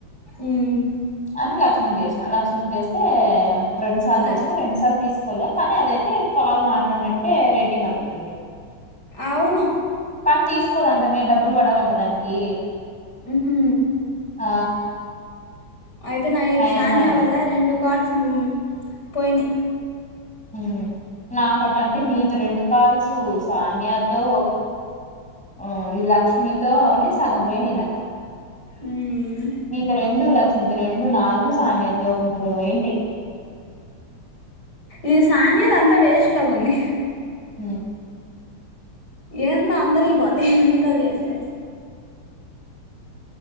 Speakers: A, on the left; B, in the centre.
A: హ్మ్
B: అని లక్ష్మిీకి చేసినా లక్ష్మిీకి చేస్తే రెండు సార్లు
A: కా-
B: చేసిన రెండు సార్లు తీసి కోలే కానీ అదైతే కాల్ మాట్లాడినట్టే రేటింగ్ అడుగుతుంది
A: అవును
B: పని తీసుకోదంటమే డబ్బులు పడవంట దానికి
A: ఊహూ
B: ఆ
A: అయితే నాయి
B: అయమ్మ
A: సానియా
B: అనింది
A: వల్ల రెండు కాల్స్ పోయినియ్
B: హ్మ్ నాకట్టంటే నీతో రెండు కాల్సు సానియాతో ఆ ఈ లక్ష్మితోనే సగం పోయినియి నా కాల
A: ఉమ్
B: నీతో రెండు లక్ష్మితో రెండు నాలుగు సానియాతో ఒకటి మూడు పోయింటి
A: ఈ సానియా దంతా వేస్ట్ లాగా ఉంది
B: హ్మ్
A: ఏందో అందరియి పోతయి మీతో చేస్తే